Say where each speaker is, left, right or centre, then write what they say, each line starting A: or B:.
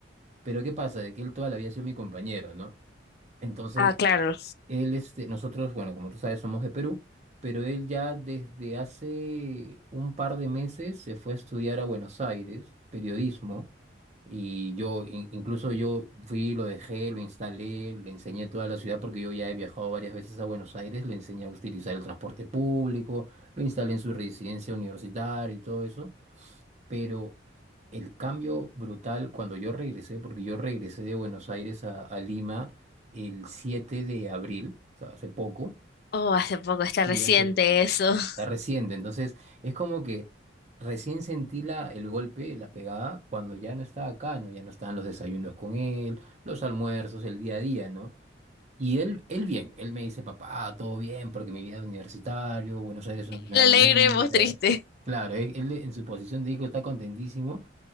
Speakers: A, on the right (about 35°); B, on the left (about 55°).
A: Pero ¿qué pasa? De que él toda la vida ha sido mi compañero, ¿no? Entonces,
B: Ah, claro.
A: él, este, nosotros, bueno, como tú sabes, somos de Perú, pero él ya desde hace un par de meses se fue a estudiar a Buenos Aires, periodismo, y yo, in- incluso yo fui, lo dejé, lo instalé, le enseñé toda la ciudad, porque yo ya he viajado varias veces a Buenos Aires, le enseñé a utilizar el transporte público, lo instalé en su residencia universitaria y todo eso pero el cambio brutal cuando yo regresé, porque yo regresé de Buenos Aires a, a Lima el 7 de abril, o sea, hace poco,
B: Oh, hace poco, está
A: y
B: reciente
A: ya se-
B: eso. <laughs>
A: está reciente, entonces es como que recién sentí la, el golpe, la pegada, cuando ya no estaba acá, ¿no? Ya no estaban los desayunos con él, los almuerzos, el día a día, ¿no? Y él, él bien, él me dice, papá, todo bien, porque mi vida es universitario, Buenos Aires es una ciudad
B: El alegre,
A: bonita.
B: vos triste.
A: Claro, él, él en su posición de hijo está contentísimo.